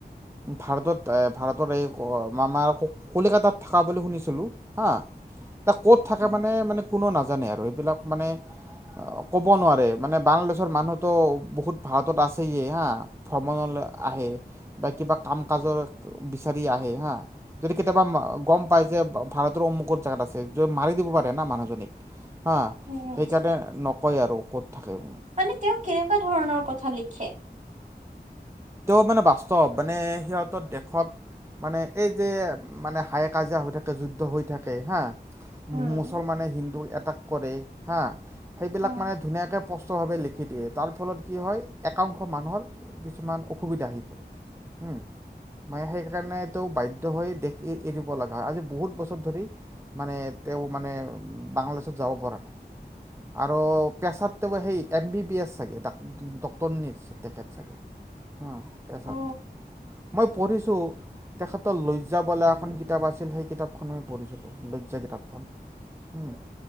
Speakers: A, on the right (about 15°); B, on the right (about 45°).
A: ভাৰতত এ, ভাৰতৰ এই মামাৰ কলিকাতাত থকা বুলি শুনিছিলোঁ। হা। এ ক'ত থাকে
B: উম
A: মানে মানে কোনো নাজানে আৰু এইবিলাক মানে, ক'ব নোৱাৰে মানে বাংলাদেশৰ মানুহতো বহুত ভাৰতত আছেহিয়ে হা ভ্ৰমণলৈ আহে বা কিবা কাম কাজৰ বিচাৰি আহে হা যদি কেতিয়াবা গম পায় যে ভাৰতৰ অমুক জেগাত আছে যত মাৰি দিব পাৰে না মানুহজনীক হা
B: উম
A: সেইকাৰণে নকয় আৰু ক'ত থাকে
B: মানে তেওঁ কেনেকুৱা ধৰণৰ কথা লিখে
A: তেওঁ মানে বাস্তৱ মানে সিহঁতৰ দেশত মানে এই যে মানে হাই কাজিয়া হৈ থাকে যুদ্ধ হৈ থাকে হা
B: উম
A: মু মুছলমানে হিন্দু এটাক কৰে হা সেইবিলাক
B: অ
A: মানে ধুনীয়াকে স্পষ্টভাৱে লিখি দিয়ে তাৰ ফলত কি হয় একাংশ মানুহৰ কিছুমান অসুবিধা আহিল হুম মানে সেইকাৰণেটো বাধ্য হৈ দেশ এ এৰিব লগা হয় আজি বহুত বছৰ ধৰি মানে তেওঁ মানে বাংলাদেশত যাব পৰা নাই আৰু পেছাতটো সেই এম বি বি এছ চাগে ডা ডক্তৰনী আছিল চাগে অ পেছাত
B: অ
A: মই পঢ়িছোঁ তেখেতৰ লজ্জা বলা এখন কিতাপ আছিল সেই কিতাপখন মই পঢ়িছিলোঁ লজ্জা কিতাপখন উম